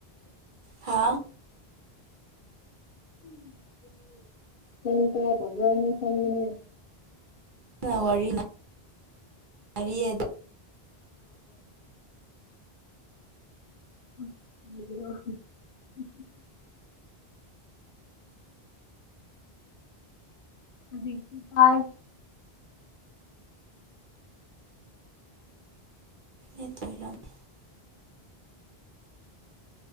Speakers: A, on the right (about 55°); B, on the left (about 60°).
A: ꯍꯥ
B: ꯁꯀ ꯒꯋꯥꯅꯤ ꯁꯃꯤꯅꯤ
A: ꯋꯥꯔꯤꯔꯤꯅ ꯃꯔꯤꯗꯤ
B: <unintelligible> <inaudible> ꯑꯗꯨꯗꯤ ꯀꯥꯔ
A: ꯅꯠꯇ꯭ꯔꯤꯔꯝꯅꯤ